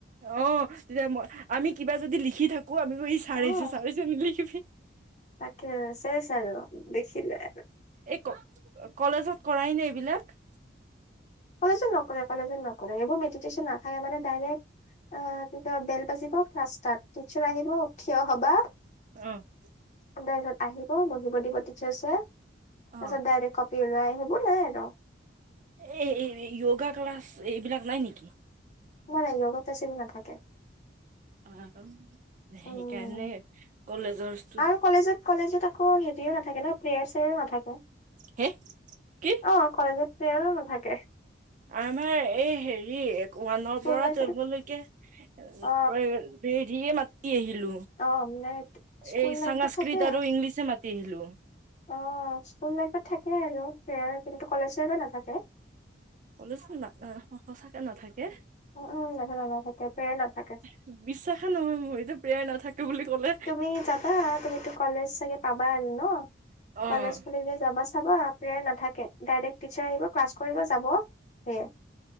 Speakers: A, on the right; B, on the left.
A: অ, তেতিয়া মই, আমি কিবা যদি লিখি থাকোঁ, আমি <unintelligible> ছাৰ
B: অ
A: আহিছে, ছাৰ আহিছে নিলিখিবি।
B: তাকে চেচ আৰু দেখিলে।
A: এই ক কলেজত কৰাই নে এইবিলাক?
B: কলেজত নকৰে, কলেজত নকৰে। এইবোৰ মেডিটেশ্যন নাথাকে মানে ডাইৰেক্ট অ, কি কয়, বেল বাজিব ক্লাছ ষ্টাৰ্ট। টিচাৰ আহিব উ, ঠিয় হ'বা
A: অ'।
B: অ', তাৰপাছত আহিব, বহিব দিব টিচাৰছে। তাৰপিছত
A: অ
B: ডাইৰেক্ট কপি ওলাই আহিব, নাই আৰু
A: এই হেৰি য়ো-য়োগা ক্লাছ, এইবিলাক নাই নেকি?
B: নাই, নাই য়োগা ক্লাছ, এইবোৰ নাথাকে।
A: অ', আকৌ। সেইকাৰণে
B: উম
A: কলেজৰ ষ্টো
B: আৰু কলেজত, কলেজত আকৌ হেৰিও নাথাকে ন, প্ৰেয়াৰ চেয়াৰো নাথাকে।
A: হে কি
B: অ', কলেজত প্ৰেয়াৰো নাথাকে।
A: আমাৰ এই হেৰি এক, ওৱানৰ
B: স্কুল
A: পৰা
B: লাইফত
A: টুৱেলভৰলৈকে <unintelligible>
B: অ
A: দেৰিয়ে মাতি আহিলো।
B: অ মানে স্কুল
A: এই
B: লাইফত
A: সংস্কৃত
B: থাকে
A: আৰু ইংলিছে মাতি আহিলো।
B: অ', স্কুল লাইফত থাকে আৰু প্ৰেয়াৰ, কিন্তু কলেজ লাইফত নাথাকে।
A: কলেজত না অ', স স আ, সঁচাকে নাথাকে।
B: উম, উম, নাথাকে, নাথাকে প্ৰেয়াৰ নাথাকে।
A: বি-বিশ্বাসে নহয় মোৰ, এইটো প্ৰেয়াৰ নাথাকে বুলি ক'লে।
B: তুমি যাবা, তুমিটো কলেজ চাগে পাবা আৰু ন!
A: অ
B: কলেজ খুলিলে যাবাচো চাবা, প্ৰেয়াৰ নাথাকে। ডাইৰেক্ট টিচাৰ আহিব ক্লাছ কৰিব যাব, সেয়াই।